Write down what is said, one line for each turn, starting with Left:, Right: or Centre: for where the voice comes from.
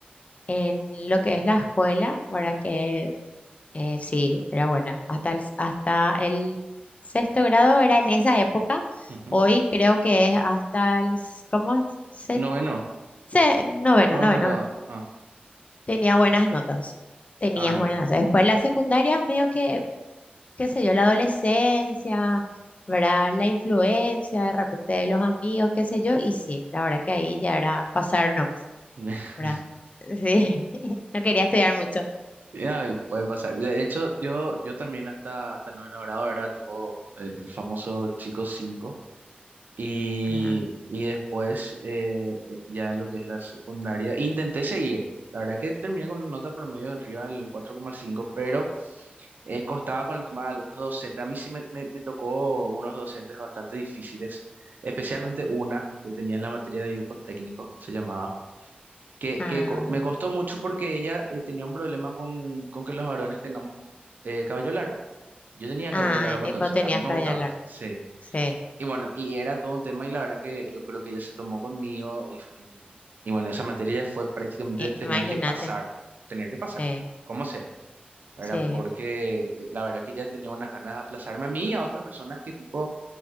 Left: En lo que es la escuela, para que eh, sí, era buena. Hasta el, hasta el sexto grado era en esa época.
Right: Ujú.
Left: Hoy creo que es hasta el, s- ¿cómo? Se,
Right: Noveno,
Left: se- noveno,
Right: noveno
Left: noveno,
Right: grado.
Left: noveno.
Right: Ah,
Left: Tenía buenas notas, tenías
Right: ah, ya.
Left: buenas notas. Después la secundaria, medio que, qué sé yo, la adolescencia, ¿verdad? La influencia de repente de los amigos, qué sé yo, y sí, la verdad que ahí ya era pasar nomás,
Right: <laughs>
Left: ¿verdad? Sí, <laughs> no quería estudiar mucho.
Right: Ya, y puede pasar. De hecho, yo, yo también hasta, hasta noveno grado era todo eh, el famoso chico cinco Y,
Left: Ah,
Right: y después, eh, eh, ya lo que es la secundaria, intenté seguir. La verdad que terminé con una nota promedio en arriba del cuatro coma cinco pero eh, costaba con el tema de algunos docentes. A mí sí me, me- me tocó unos docentes bastante difíciles, especialmente una que tenía en la materia de dibujo técnico, se llamaba, que,
Left: ah,
Right: que co- me costó mucho porque ella eh, tenía un problema con, con que los varones tengamos eh, cabello largo. Yo tenía
Left: ah,
Right: cabello largo cuando
Left: y vos
Right: eso,
Left: tenías
Right: ahora a mí me
Left: cabello
Right: gustaba,
Left: largo,
Right: sí.
Left: sí,
Right: Y bueno, y era todo un tema y la verdad que yo creo que ella se tomó conmigo y, y, y bueno, esa materia ya fue prácticamente
Left: i-
Right: tener
Left: imagínate,
Right: que pasar, tener que pasar,
Left: sí,
Right: como sea, ¿verdad?
Left: sí.
Right: Porque eh, la verdad que ella tenía unas ganas de aplazarme a mí y a otras personas que tipo,